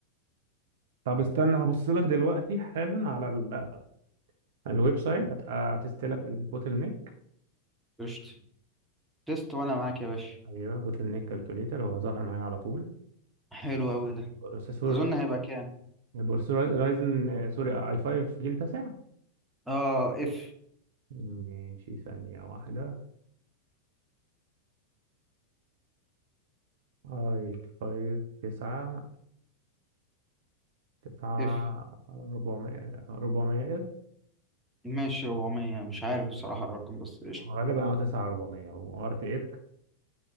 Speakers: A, on the right; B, in the centre.
A: طب استنى هبص لك دلوقتي حالا على ال- الويب سايت هتبقى تستلك البوتل نيك
B: قشطة تيست وانا معاك يا باشا
A: ايوه بوتل نيك كالكوليتر هو ظهر معايا على طول
B: حلو اوي ده
A: بروسيسور
B: تظن هيبقى كام
A: بروسيسور رايزن آه، سوري اي 5 جيل تاسع
B: اه اف
A: ماشي ثانية واحدة اي 5 9 تسعة
B: اف
A: ربعمية ربعمية اف
B: ماشي 400 مش عارف بصراحة الرقم بس قشطة
A: غالبا أو تسعة ربعمية وار تي اك